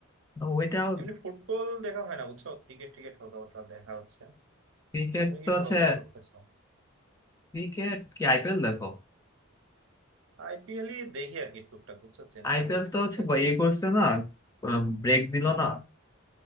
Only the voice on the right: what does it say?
এমনি ফুটবল দেখা হয় না বুঝছো ক্রিকেট ক্রিকেট হালকা পাতলা দেখা হচ্ছে
তুমি
কি
ফলো করতেছো
আইপিএল ই দেখি আর কি টুকটাক বুঝছো চেন্নাইয়ের
ম্যাচ
ট্যাচ
দেখা
হয়